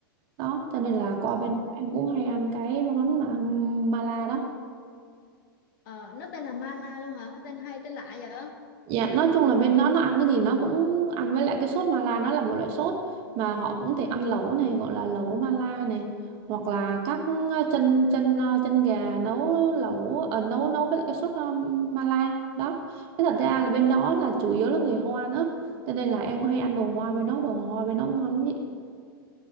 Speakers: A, on the right (about 45°); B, on the left (about 60°).
A: đó cho nên là qua
B: Wow.
A: bên đó em cũng hay ăn cái món mà mala đó
B: Ờ, nó tên là Mala luôn hả? Tên hay tên lạ vậy?
A: Dạ, nói chung là bên đó nó ăn cái gì nó cũng ăn với lại cái sốt mala nó là một loại sốt mà họ cũng thể ăn lẩu này gọi là lẩu mala này hoặc là các ờ, chân chân ờ, chân gà nấu lẩu ờ, nấu nấu với lại cái sốt ờ, mala đó. Thế thật ra là bên đó là chủ yếu là người Hoa nữa cho nên là em cũng hay ăn đồ Hoa bên đó đồ Hoa bên đó ngon lắm vậy.